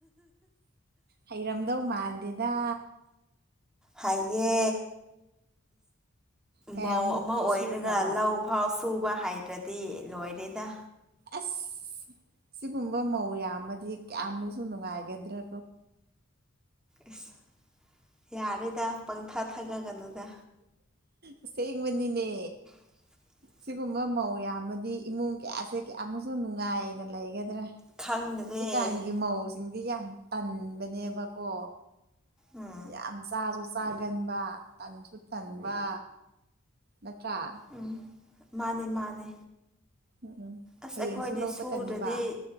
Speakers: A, on the right (about 45°); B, in the centre.
A: ꯍꯩꯔꯝꯗꯧ ꯃꯥꯟꯗꯦꯗ
B: ꯍꯥꯏꯌꯦ
A: ꯀꯌꯥꯃꯨꯛꯇꯤ
B: ꯃꯧ ꯑꯃ ꯑꯣꯏꯔꯒ
A: ꯁꯨꯈ꯭ꯔꯕ
B: ꯂꯧ ꯐꯥꯎ ꯁꯨꯕ ꯍꯥꯏꯇꯔꯗꯤ ꯂꯣꯏꯔꯦꯗ
A: ꯑꯁ ꯁꯤꯒꯨꯝꯕ ꯃꯧ ꯌꯥꯝꯃꯗꯤ ꯀꯌꯥꯝ ꯃꯨꯛ ꯅꯨꯡꯉꯥꯏꯒꯗ꯭ꯔ
B: ꯏꯁ ꯌꯥꯔꯦꯗ ꯄꯪꯊꯥ ꯊꯥꯒꯠꯀꯅꯨꯗ
A: ꯑꯁꯦꯡꯕꯅꯤꯅꯦ
B: <unintelligible>
A: ꯁꯤꯒꯨꯝꯕ ꯃꯧ ꯌꯥꯝꯃꯗꯤ ꯏꯃꯨꯡ ꯀꯌꯥꯁꯦ ꯀꯌꯥꯃꯨꯛꯁꯨ ꯅꯨꯡꯉꯥꯏꯅ ꯂꯩꯒꯗ꯭ꯔꯦ
B: ꯈꯪꯗ꯭ꯔꯦ
A: ꯍꯧꯖꯤꯛꯀꯥꯟꯒꯤ ꯃꯧꯁꯤꯡꯗꯤ ꯌꯥꯝ ꯇꯟꯕꯅꯦꯕꯀꯣ
B: ꯎꯝ
A: ꯌꯥꯝ ꯆꯥꯁꯨ ꯆꯥꯒꯟꯕ ꯇꯟꯁꯨ ꯇꯟꯕ ꯅꯠꯇ꯭ꯔꯥ
B: ꯎꯝ ꯃꯥꯅꯦ ꯃꯥꯅꯦ
A: ꯎꯝ ꯎꯝ
B: ꯑꯁ
A: ꯍꯌꯦꯡꯁꯨ
B: ꯑꯩꯈꯣꯏꯗꯤ
A: ꯂꯧ
B: ꯁꯨꯗꯔꯗꯤ
A: ꯆꯠꯀꯅꯦꯕ